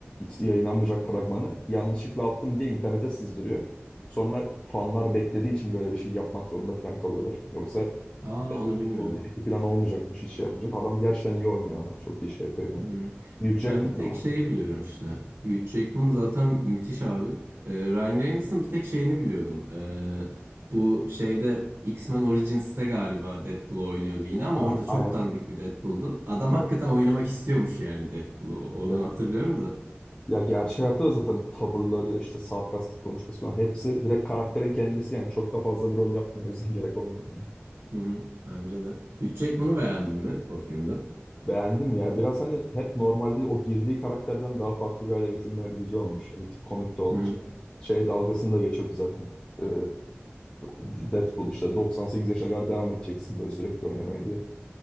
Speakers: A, on the left (about 25°); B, on the right (about 65°).
A: e, yayınlanmayacak fragmanı yanlışlıkla attım diye internete sızdırıyor. Sonra fanlar beklediği için böyle bir şey yapmak zorunda falan kalıyorlar. Yoksa
B: Aa onu bilmiyordum.
A: Deadpool 1-2 plan olmayacakmış hiç şey yapmayacak. Adam gerçekten iyi oynuyor ama çok iyi şey yapıyor yani.
B: Hmm.
A: Hugh Jackman
B: Ben bir tek
A: da vardı.
B: şeyi biliyorum işte. Hugh Jackman zaten müthiş abi. Ee, Ryan Reynolds'ın bir tek şeyini biliyordum. Ee, bu şeyde X-Men Origins'te galiba Deadpool oynuyordu yine ama
A: Ha,
B: orada çok dandik bir Deadpool'du. Adam hakikaten
A: Evet,
B: oynamak istiyormuş yani Deadpool'u. Onu
A: evet, evet.
B: hatırlıyorum da.
A: Ya gerçek hayatta da zaten tavırları, işte sarkastik konuşması falan hepsi direkt karakterin kendisi yani çok da fazla bir rol yapmıyor. O yüzden <laughs> gerek olmuyor yani.
B: Hı hı. Bence de. Hugh Jackman'ı beğendin mi o filmde?
A: Beğendim ya. Biraz hani hep normalde o girdiği karakterden daha farklı bir hale getirmeleri güzel olmuş. Bir tip komik de olmuş.
B: Hı hı.
A: Şey dalgasını da geçiyordu zaten. Ee, Deadpool işte 98 yaşına kadar devam edeceksin böyle sürekli oynamaya diye.